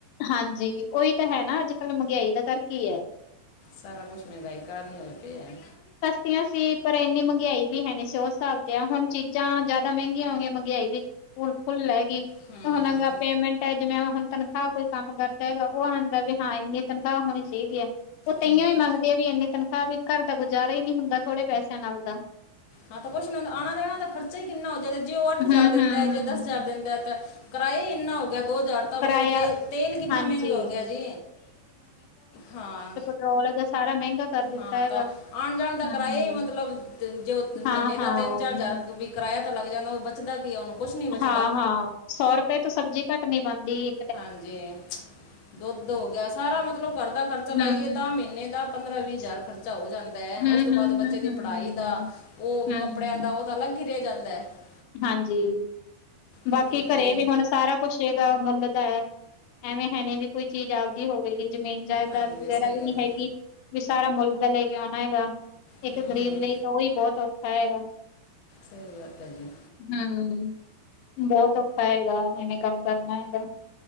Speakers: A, on the left (about 90°); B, on the left (about 60°).
A: ਹਾਂਜੀ। ਉਹੀ ਤੇ ਹੈ ਨਾ ਅੱਜ ਕੱਲ੍ਹ ਮੰਗਿਆਾਈ ਦਾ ਕਰਕੇ ਹੀ ਹੈ।
B: ਸਾਰਾ ਕੁਛ ਮਹਿੰਗਾਈ ਕਾਰਨ ਈ ਹੋਏ ਪਏ ਹੈ।
A: ਤੀਆਂ ਸੀ ਪਰ ਏਨੀ ਮੰਗਿਆਈ ਵੀ ਹੈ ਨਹੀਂ ਸੀ। ਉਸ ਹਿਸਾਬ ਤੇ ਆ ਹੁਣ ਚੀਜ਼ਾਂ ਜ਼ਿਆਦਾ ਮਹਿੰਗੀਆਂ ਹੋ ਗਈਆਂ ਮੰਗਿਆਈ ਵੀ। ਫੁੱਲ - ਫੁੱਲ ਲੈਗੀ ਤੇ
B: ਹੂੰ
A: ਹੁਣ ਅ ਪੇਮੈਂਟਾ ਜਿਵੇਂ ਹੁਣ ਤੈਨੂੰ ਤਖਾਹ ਕੋਈ ਕੰਮ ਕਰਦਾ ਹੈਗਾ ਉਹ ਆਦਾ ਵੀ ਹਾਂ ਇੰਨੀ ਤਨਖਾਹ ਹੋਣੀ ਚਾਈਦੀ ਹੈ ਉਹ ਤੇਈਓ
B: ਹਾਂਜੀ
A: ਈ ਮੰਗਦੇ ਆ ਵੀ ਇੰਨੀ ਤਨਖਾਹ ਵੀ ਘਰ ਦਾ ਗੁਜ਼ਾਰਾ ਈ ਨੀ ਹੁੰਦਾ ਥੋੜੇ ਪੈਸਿਆਂ ਨਾਲ ਦਾ।
B: ਹਾਂ ਤਾਂ ਕੁੱਛ ਨੀ ਹੁੰਦਾ ਆਣਾ ਜਾਣਾ, ਤਾਂ ਖਰਚਾ ਹੀ ਕਿੰਨਾ ਹੋ ਜਾਂਦਾ, ਜੇ ਉਹ
A: ਹੂੰ-ਹੂੰ
B: ਅੱਠ ਹਜ਼ਾਰ ਦਿੰਦਾ ਜੇ ਦਸ ਹਜ਼ਾਰ ਦਿੰਦਾ ਤੇ। ਕਿਰਾਏ ਇੰਨਾ, ਦੋ ਹਜ਼ਾਰ ਤਾਂ
A: ਕਿਰਾਇਆ
B: ਮਤਲਬ ਤੇਲ-ਤੇਲ ਕਿੰਨਾ
A: ਹਾਂਜੀ
B: ਮਹਿੰਗਾ ਹੋ ਗਿਆ ਜੀ, ਹਾਂ
A: ਪੈਟ੍ਰੋਲ ਏਗਾ ਸਾਰਾ ਮਹਿੰਗਾ। ਕਰ ਦਿੱਤਾ
B: ਹਾਂ
A: ਹੈਗਾ
B: ਤਾਂ ਆਣ ਜਾਣ ਦਾ
A: ਹੂੰ
B: ਕਿਰਾਇਆ, ਹੀ ਮਤਲਬ ਜੋ ਮਹੀਨੇ
A: ਹਾਂ-ਹਾਂ
B: ਦਾ ਤਿੰਨ ਚਾਰ ਹਜ਼ਾਰ ਵੀ ਕਿਰਾਇਆ ਤਾਂ ਲੱਗ ਜਾਂਦਾ, ਉਹ ਬਚਦਾ ਕੀ ਉਹਨੂੰ ਕੁਝ ਨਹੀਂ ਬਚਦਾ
A: ਹਾਂ -ਹਾਂ ਸੌ ਰੁਪਏ ਤੋਂ ਸਬਜ਼ੀ ਘੱਟ ਨੀ ਬਣਦੀ।
B: ਹਾਂਜੀ ਦੁੱਧ ਹੋ ਗਿਆ ਸਾਰਾ ਮਤਲਬ ਘਰ ਦਾ ਖਰਚਾ
A: ਹੂੰ,
B: ਲਾਈਏ ਤਾਂ ਮਹੀਨੇ ਦਾ ਪੰਦਰਾਂ ਵੀਹ ਹਜ਼ਾਰ ਖਰਚਾ ਹੋ ਜਾਂਦਾ ਐ
A: ਹੂੰ,
B: ਉਸ ਤੋਂ
A: ਹੂੰ,
B: ਬਾਅਦ ਬੱਚੇ
A: ਹੂੰ,
B: ਦੀ
A: ਹੂੰ,
B: ਪੜ੍ਹਾਈ ਦਾ, ਉਹ
A: ਹੂੰ।
B: ਕੱਪੜਿਆਂ ਦਾ ਉਹ ਪਤਾ ਅੱ ਗਿਰਿਆ ਜਾਂਦਾ ਹੈ <unintelligible>
A: ਹਾਂਜੀ। ਬਾਕੀ
B: ਫਿਰ ਕੀ
A: ਘਰੇ
B: ਕਰੀਏ
A: ਵੀ ਹੁਣ ਸਾਰਾ ਪੁੁਛੇਗਾ ਮੁੱਲ ਦਾ ਹੈ ਐਵੇਂ ਹੈਵੈ ਵੀ ਕੋਈ ਚੀਜ਼ ਆਪਦੀ ਹੋ ਗਈ ਜ਼ਮੀਨ ਜਾਇਦਾਦ
B: ਹਾਂਜੀ
A: ਵਗੈਰਾ
B: ਸਹੀ
A: ਵੀ
B: ਗੱਲ
A: ਨਈ
B: ਹੈ
A: ਹੈਗੀ। ਕਿ ਸਾਰਾ ਮੁਲਕ ਦਾ ਲੈ ਕੇ ਆਣਾ ਹੈਗਾ। ਇੱਕ
B: ਹੂੰ
A: ਗ਼ਰੀਬ ਲਈ ਤਾਂ ਉਹੀ ਬਹੁਤ ਔਖਾ ਹੈਗਾ।
B: ਸਹੀ ਬਾਤ ਹੈ ਜੀ।
A: ਹਮ ਬਹੁਤ ਔਖਾ ਹੈਗਾ। ਇਹਨੇ ਕੰਮ ਕਰਨਾ ਹੈਗਾ।